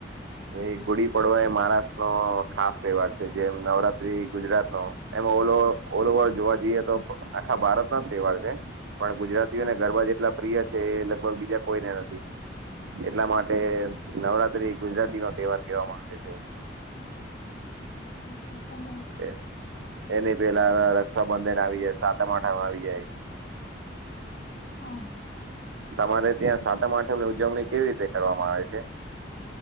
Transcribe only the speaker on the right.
એ ગુડી પડવા એ મહારાષ્ટ્ર નો ખાસ તહેવાર છે જેમ નવરાત્રી ગુજરાત નો એમાં ઓલો ઓલ ઓવર જોવા જઈએ તો આખા ભારત નો જ તહેવાર છે. પણ ગુજરાતી
ઓને ગરબા જેટલા પ્રિય છે એ લગભગ બીજા કોઈને નથી. એટલા માટે
નવરાત્રી ગુજરાતી નો તહેવાર કેહેવામાં આવે છે.
તે એની પેલા રક્ષાબંધન આવી જાય સાતમ આઠમ આવી જાય.
તમારે ત્યાં સાતમ
આઠમ ની ઉજવણી કેવી રીતે કરવામાં આવે છે?